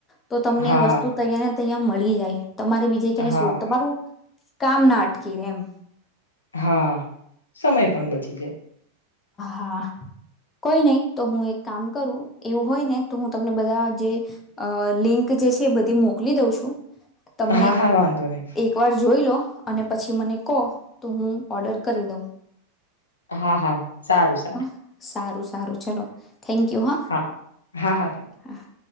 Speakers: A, on the left; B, on the left.
A: તો તમને
B: હા
A: એ વસ્તુ તૈંયા ને તંયા. મળી જાય. તમારે બીજે ક્યાંઈ
B: હા
A: શું તમારું કામ ના અટકી રે એમ.
B: હા સમય પણ બચી જાય.
A: હા કોઈ નહી તો હું એક કામ કરું એવું હોય ને તો હું તમને બધા જે લિંક જે છે એ બધી મોકલી દઉં છું. તમે
B: હા હા વાંધો નહી
A: એક વાર જોઈ લો અને પછી મને કોહો તો હું ઓર્ડર કરી દઉં.
B: હા હા સારું સારું.
A: હા સારું સારું ચલો. થેન્કયુ હ
B: હા હા હા થેન્ક યુ.
A: હા.